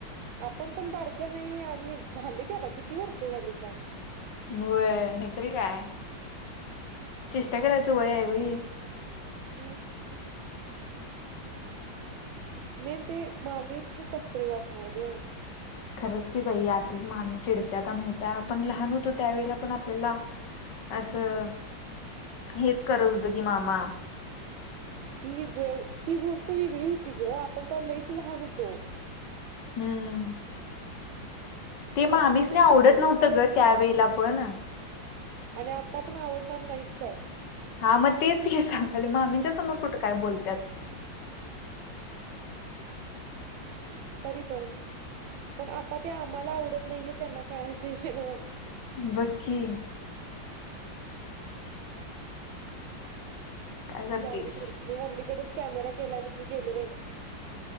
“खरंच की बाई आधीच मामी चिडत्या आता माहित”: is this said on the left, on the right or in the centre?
Left